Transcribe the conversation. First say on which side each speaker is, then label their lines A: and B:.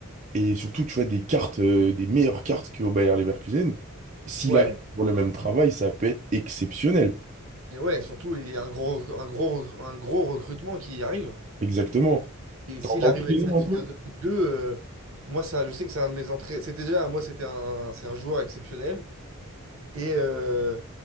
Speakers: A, on the right; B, on the right.
A: Et surtout, tu vois, des cartes, euh, des meilleures cartes qu'au Bayer Leverkusen. S'il
B: Ouais.
A: arrive pour le même travail, ça peut être exceptionnel.
B: Et ouais, surtout, il y a un gros, un gros, un gros recrutement qui arrive.
A: Exactement.
B: Et s'il
A: T'as entendu
B: arrive avec
A: les
B: sa
A: noms
B: philosophie
A: un peu?
B: de jeu, euh, moi, ça, je sais que c'est un de mes entrées. C'était déjà, moi, c'était un, c'est un joueur exceptionnel. Et euh,